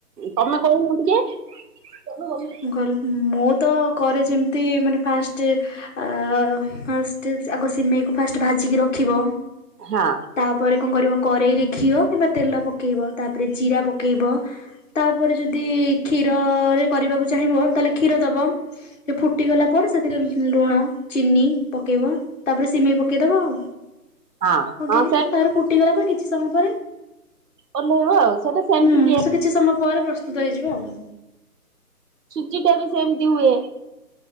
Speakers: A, on the right; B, on the left.
A: ତମେ କହୁନୁ ଟିକେ।
B: ମୁଁ ମୁଁ ତ କରେ ଯେମିତି ମାନେ ଫାଷ୍ଟ୍ ଆ ଫାଷ୍ଟ ଆଗ ସିମେଇକୁ ଫାଷ୍ଟ ଭାଜିକି ରଖିବ।
A: ହଁ।
B: ତାପରେ କଣ କରିବ କରେଇରେ ଘିଅ କିମ୍ବା ତେଲ ପକେଇବ। ତାପରେ ଜିରା ପକେଇବ। ତାପରେ ଯଦି କ୍ଷୀରରେ କରିବାକୁ ଚାହିଁବ ତାହେଲେ କ୍ଷୀର ଦବ। ସେ ଫୁଟିଗଲା ପରେ ସେଥିରେ ଲୁଣ ଚିନି ପକେଇବ। ତାପରେ ସିମେଇ ପକେଇଦବ ଆଉ।
A: ହଁ
B: ପକେଇ
A: ହଁ ସେ
B: ତାର ଫୁଟିଗଲା ପରେ କିଛି ସମୟ ପରେ
A: ଓହ୍ଲେଇବ ଆଉ ସେଟା ସେମତି
B: ହୁଁ
A: ତିଆ
B: ସେ କିଛି ସମୟ ପରେ ପ୍ରସ୍ତୁତ ହେଇଯିବ ଆଉ
A: ସୁଜି ଟା ବି ସେମତି ହୁଏ।